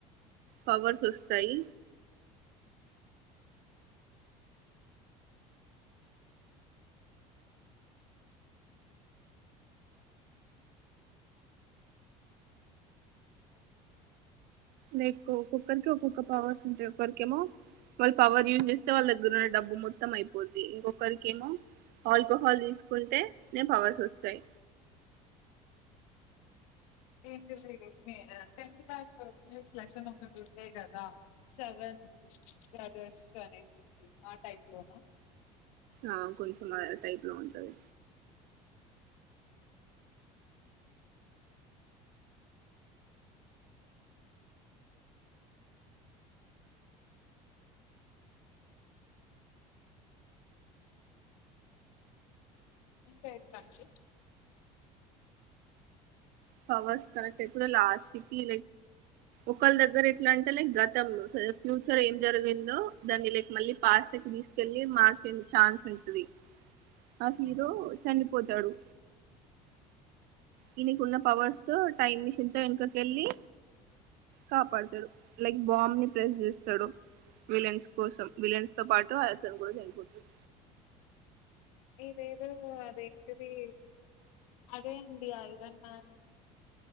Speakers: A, on the right; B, on the left.
A: పవర్స్ వస్తాయి లైక్ ఒక్కొక్కరికి ఒక్కొక్క పవర్స్ ఉంటాయి ఒక్కరికేమో వాళ్ళు పవర్ యూజ్ చేస్తే వాళ్ళ దగ్గర ఉన్న డబ్బు మొత్తం అయిపోద్ది ఇంకొకరికేమో ఆల్కోహాల్ తీసుకుంటే నే పవర్స్ వస్తాయి
B: ఏంటిది టెన్త్ క్లాస్ ఇంగ్లీష్ లెసన్ ఒకటి ఉండే కదా సెవెన్ బ్రదర్స్ అనేసేసి ఆ టైప్ లోన
A: ఆ కొంచెం అదే టైప్ లో ఉంటది
B: ఇంకా ఎట్లా అండి
A: పవర్స్ కనెక్ట్ అయితే లాస్టీకి ఒకళ్ళ దగ్గర ఎట్లా అంటే లైక్ గతం ఫ్యూచర్ ఏం జరిగిందో దాన్ని లైక్ మళ్ళీ పాస్ట్ కి తీసి కెళ్ళి మార్చని ఛాన్స్ ఉంటుది ఆ హీరో చనిపోతాడు ఈయనకున్న పవర్స్ తో టైమ్ మిషన్ తో వెనకకెళ్ళి కాపాడుతాడు లైక్ బాంబ్ ని ప్రెస్ చేస్తాడు విలన్స్ కోసం విలన్స్ తో పాటు అతను కూడా చనిపోతాడు
B: ఇదేదో అదేంటిది అదే అండి ఐరన్ మ్యాన్